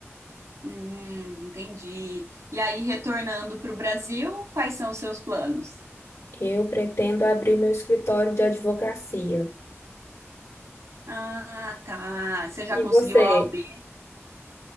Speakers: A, on the right (about 85°); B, on the left (about 70°).
A: Hum, entendi. E aí, retornando pro Brasil, quais são os seus planos?
B: Eu pretendo abrir meu escritório de advocacia.
A: Ah, tá. Você já
B: E
A: conseguiu
B: você?
A: a OAB?